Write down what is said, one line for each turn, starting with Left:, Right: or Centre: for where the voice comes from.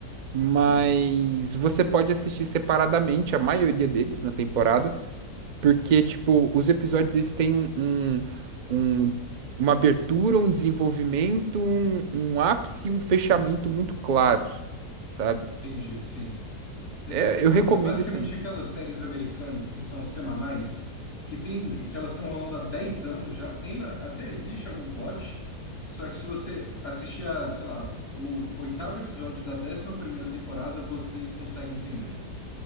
Right: mas
Left: ok.
Right: você pode assistir separadamente a maioria deles na temporada, porque, tipo, os episódios, eles têm um, um- um- uma abertura, um desenvolvimento, um, um ápice e um fechamento muito claros, sabe?
Left: Entendi, sim. É,
Right: É,
Left: é- é, são,
Right: eu recomendo
Left: é basicamente
Right: esse anime.
Left: aquelas séries americanas que são semanais, que tem, que elas estão rolando há 10 anos já, tem, até existe algum plot, só que se você assistir a, sei lá, o oitavo episódio da décima primeira temporada, você consegue entender.